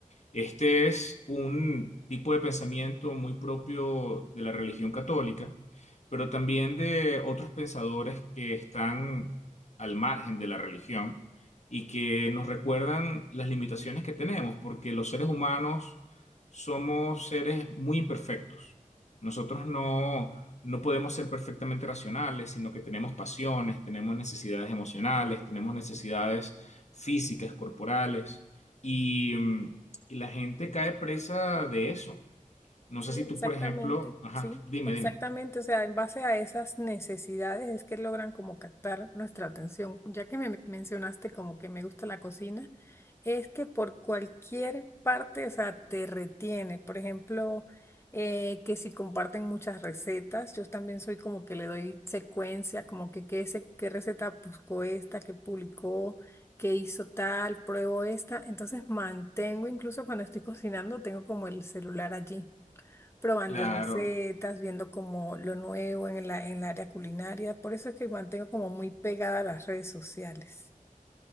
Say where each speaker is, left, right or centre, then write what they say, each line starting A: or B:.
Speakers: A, on the left; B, on the left.
A: Este es un tipo de pensamiento muy propio de la religión católica, pero también de otros pensadores que están al margen de la religión y que nos recuerdan las limitaciones que tenemos, porque los seres humanos somos seres muy imperfectos. Nosotros no, no podemos ser perfectamente racionales, sino que tenemos pasiones, tenemos necesidades emocionales, tenemos necesidades físicas, corporales. Y mm, y la gente cae presa de eso. No
B: Sí,
A: sé si
B: exactamente,
A: tú, por ejemplo, ajá,
B: sí,
A: dime,
B: exactamente.
A: dime.
B: O sea, en base a esas necesidades es que logran como captar nuestra atención. Ya que me mencionaste como que me gusta la cocina, es que por cualquier parte, o sea, te retiene. Por ejemplo, eh, que si comparten muchas recetas, yo también soy como que le doy secuencia, como que qué, se- qué receta buscó esta, qué publicó. qué hizo tal, pruebo esta, entonces mantengo, incluso cuando estoy cocinando, tengo como el celular allí probando
A: Claro,
B: recetas, viendo como lo nuevo en la, en el área culinaria. Por eso es que mantengo como muy pegada a las redes sociales.